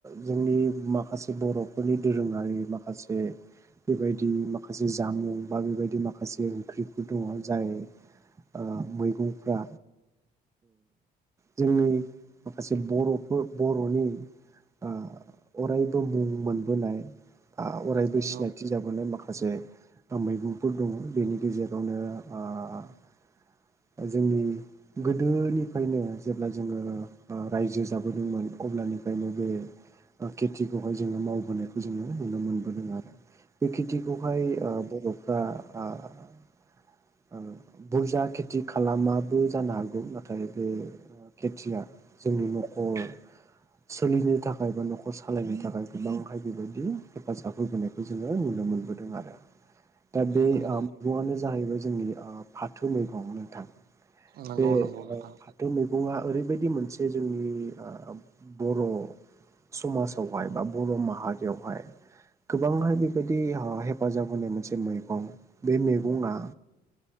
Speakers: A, on the right; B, on the right.
A: जोंनि माखासे बर'फोरनि दोरोङारि माखासे। बेबायदि माखासे जामुं बा बेबायदि माखासे ओंख्रिफोर दङ जाय। ओ मैगंफ्रा। जोंनि माखासे बर'फोर बर'नि ओ अरायबो मुं मोनबोनाय। ओ अरायबो
B: नंगौ
A: सिनायथि जाबोनाय माखासे मैगंफोर दङ बेनि। गेजेरावनो ओ जोंनि। गोदोनिफ्रायनो जेब्ला जोङो ओ रायजो जाबोदोंमोन अब्लानिफ्रायनो बे। ओ खेथिखौहाय जोङो मावबोनाय। जोङो नुनो मोनबोदों आरो बे खिथिखौहाय ओ बर'फ्रा ओ। ओ बुरजा खेथि खालामाबो जानो हागौ नाथाय बे। ओ खेथिया जोंनि न'खर। सोलिनो थाखाय बा न'खर सालायनो थाखाय गोबांहाय बेबायदि हेफाजाब होबोनाय जोङो नुनो मोनबोदों आरो दा बे ओ
B: नंगौ
A: मैगंआनो जाहैबाय जोंनि ओ फाथौ मैगं नोंथां।
B: नंगौ
A: बे
B: नंगौ नोंथां
A: फाथो मैगंआ ओरै बायदि मोनसे जोंनि बर' समाजावहाय बा बर' माहारि बेवहाय गोबांहाय बेबायदि हेफाजाब होनाय मोनसे मै गं बे मैगंआ